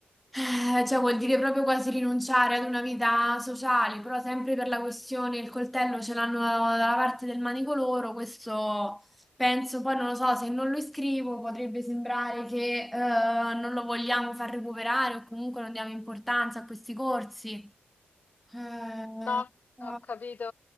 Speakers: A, in the centre; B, on the left (about 45°).
A: eh, cioè vuol dire proprio quasi rinunciare ad una vita sociale, però sempre per la questione il coltello ce l'hanno dalla parte del manico loro, questo Penso, poi non lo so, se non lo iscrivo potrebbe sembrare che eh, non lo vogliamo far recuperare o comunque non diamo importanza a questi corsi. Eh,
B: No,
A: qua-
B: ho capito,